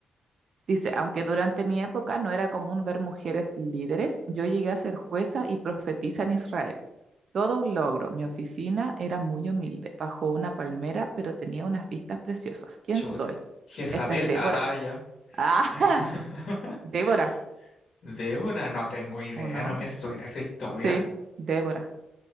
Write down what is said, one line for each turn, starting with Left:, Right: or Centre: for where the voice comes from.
Right: dice, aunque durante mi época no era común ver mujeres líderes, yo llegué a ser jueza y profetisa en Israel. Todo un logro. Mi oficina era muy humilde, bajo una palmera, pero tenía unas vistas preciosas. ¿Quién
Left: Chuta.
Right: soy?
Left: Jezabel,
Right: Esta es Débora.
Left: ah, ya.
Right: ¡Ah!
Left: <laughs>
Right: <laughs> Débora,
Left: Débora, no tengo idea,
Right: ¿o no?
Left: no me suena esa historia.
Right: Sí, Débora.